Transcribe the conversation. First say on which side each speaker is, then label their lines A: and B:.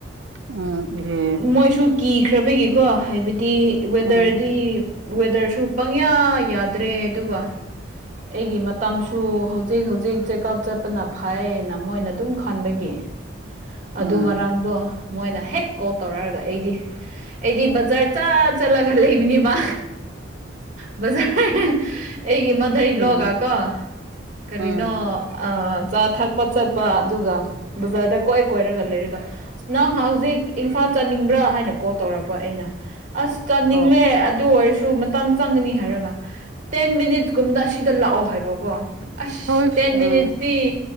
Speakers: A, on the right (about 75°); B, on the right (about 40°).
A: ꯎꯝ ꯏꯍꯦ
B: ꯃꯣꯏꯁꯨ ꯀꯤꯈ꯭ꯔꯕꯒꯤꯀꯣ ꯍꯥꯏꯕꯗꯤ ꯗꯤ ꯋꯦꯗꯔꯗꯤ
A: ꯎꯝ
B: ꯋꯦꯗꯔꯁꯨ ꯄꯪꯌꯥ ꯌꯥꯗ꯭ꯔꯦ ꯑꯗꯨꯒ ꯑꯩꯒꯤ ꯃꯇꯝꯁꯨ ꯍꯧꯖꯤꯛ ꯍꯧꯖꯤꯛ ꯆꯦꯛꯑꯞ ꯆꯠꯄꯅ ꯐꯥꯏꯅ ꯃꯣꯏꯅ ꯑꯗꯨꯝ ꯈꯟꯕꯒꯤ ꯀꯦ
A: ꯎꯝ
B: ꯑꯗꯨ ꯉꯔꯥꯡꯗꯣ ꯃꯣꯏꯅ ꯍꯦꯛ ꯀꯣꯜ ꯇꯧꯔꯛꯑꯒ ꯑꯩꯗꯤ ꯑꯩꯗꯤ ꯕꯖꯥꯔ ꯆꯠ ꯆꯠꯂꯒ ꯂꯩꯕꯅꯤꯕ ꯕꯖꯥꯔ ꯑꯩꯒꯤ ꯃꯙꯩꯂꯣꯒꯀꯣ
A: ꯎꯝ
B: ꯀꯔꯤꯅꯣ
A: ꯎꯝ
B: ꯆꯥ ꯊꯛꯄ ꯆꯠꯄ ꯑꯗꯨꯒ ꯕꯖꯥꯔꯗ ꯀꯣꯏꯑꯦ ꯀꯣꯏꯔꯒ ꯂꯩꯔꯒ ꯑꯁ ꯅꯪ ꯍꯧꯖꯤꯛ ꯏꯝꯐꯥꯜ ꯆꯥꯅꯤꯡꯕ꯭ꯔꯥ ꯍꯥꯏꯅ ꯀꯣꯜ ꯇꯧꯔꯛꯄ ꯑꯩꯅ ꯑꯁ ꯆꯥꯅꯤꯡꯃꯦ
A: ꯑꯣ
B: ꯑꯗꯨ ꯑꯣꯏꯔꯁꯨ ꯁꯨ ꯃꯇꯝ ꯆꯪꯒꯅꯤ ꯍꯥꯏꯔꯒ ꯇꯦꯟ ꯃꯤꯅꯤꯠꯁꯀꯨꯝꯕꯗ ꯑꯁꯤꯗ ꯂꯥꯛꯑꯣ ꯍꯥꯏꯕꯀꯣ ꯑꯁ
A: ꯍꯨꯏꯁ
B: ꯇꯦꯟ ꯃꯤꯅꯤꯠꯁꯤ
A: ꯎꯝ